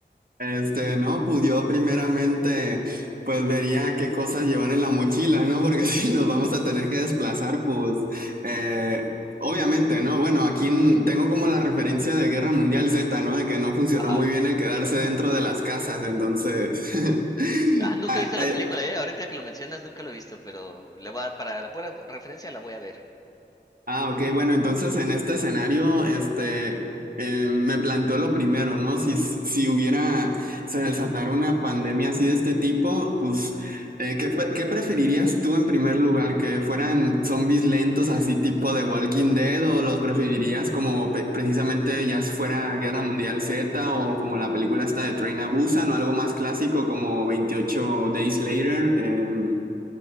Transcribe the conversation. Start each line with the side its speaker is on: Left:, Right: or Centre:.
Right: Este, no, pues yo primeramente, pues vería qué cosas llevar en la mochila, ¿no? Porque <laughs> si nos vamos a tener que desplazar, pues, eh, obviamente, ¿no? Bueno, aquí en- tengo como la referencia de Guerra Mundial Z, ¿no? De que no funcionó
Left: Ajá.
Right: muy bien el quedarse dentro de las casas, entonces, <laughs>
Left: Ah, nunca
Right: ah,
Left: he visto
Right: eh,
Left: la película, eh. Ahorita que lo mencionas, nunca lo he visto, pero le voy a- para la pura referencia la voy a ver.
Right: Ah, ok, bueno, entonces en este escenario, este, eh, me planteo lo primero, ¿no? Si, si hubiera, se desatara una pandemia así de este tipo, pues, eh, ¿qué, pre- qué preferirías tú en primer lugar? ¿Que fueran zombies lentos así tipo de Walking Dead o los preferirías como pe- precisamente ya si fuera Guerra Mundial Z o como la película esta de Train a Busan o algo más clásico como 28 Days Later? Em,